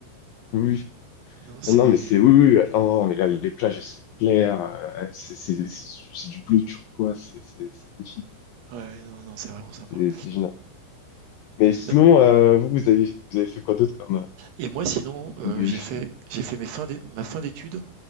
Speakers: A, on the left; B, on the right.
A: Oui, oui. oui.
B: Non, c'est
A: Non, non, mais c'est... Oui, oui. Non, non, mais là, les plages, elles sont claires. euh, C'est c'est- c'est- c'est du bleu turquoise. C'est c'est- c'est magnifique.
B: ouais, non, non, c'est vraiment sympa.
A: C'est c'est génial. Mais sinon,
B: Non.
A: euh, vous, vous avez, vous avez fait quoi d'autre comme
B: Et moi, sinon, euh,
A: euh, voyage?
B: j'ai fait, j'ai fait mes fins d'é- ma fin d'études